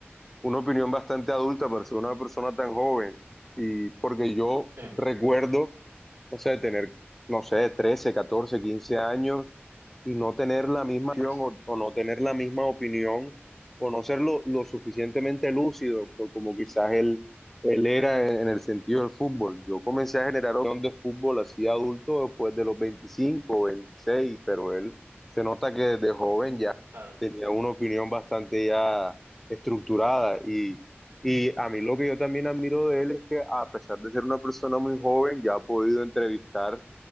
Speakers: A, in the centre; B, on the right.
A: una opinión bastante adulta para ser una persona tan joven. Y porque yo
B: Sí,
A: recuerdo, no sé, tener, no sé, 13 14 15 años y no tener la misma
B: chicas,
A: acción o, o no tener la misma opinión o no ser lo, lo suficientemente lúcido co- como quizás él, él era en, en el sentido del fútbol. Yo comencé a generar opinión de fútbol así adulto después de los 25 o 26, pero él se nota que desde joven ya
B: claro.
A: tenía una opinión bastante ya estructurada y... Y a mí lo que yo también admiro de él es que a pesar de ser una persona muy joven, ya ha podido entrevistar